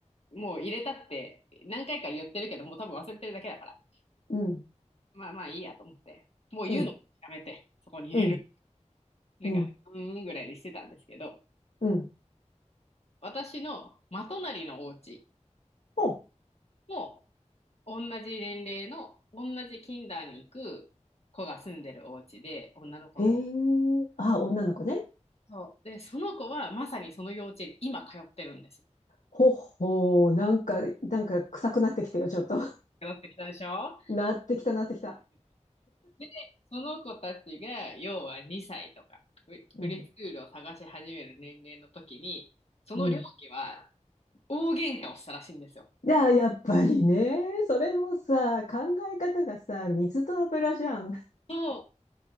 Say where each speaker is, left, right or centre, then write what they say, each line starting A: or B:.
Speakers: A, on the left; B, on the left.
A: もう入れたって何回か言ってるけど、もう多分忘れてるだけだから、
B: うん、
A: まあまあいいやと思って、もう言うのもやめて、
B: うん、
A: そこに入れる。
B: うん、
A: なんか、
B: うん、
A: うーんぐらいにしてたんですけど、
B: うん。
A: 私のまとなりのお家
B: ほ
A: も同じ年齢の同じキンダーに行く子が住んでるお家で女の子の。
B: うへえ。ああ、女の子ね。
A: そうでその子はまさにその幼稚園に今通ってるんですよ。
B: ほほうなんか、なんか臭くなってきたよ、ちょっと。
A: 通ってきたでしょ
B: <laughs> なってきた、なってきた。
A: でその子たちが要は2歳とかププリスクールを探し始める年齢の時にその両家は
B: う。うん、うん。
A: 大喧嘩をしたらしいんですよ。
B: いや、やっぱりね。それもさ、考え方がさ、水と油じゃん。
A: そう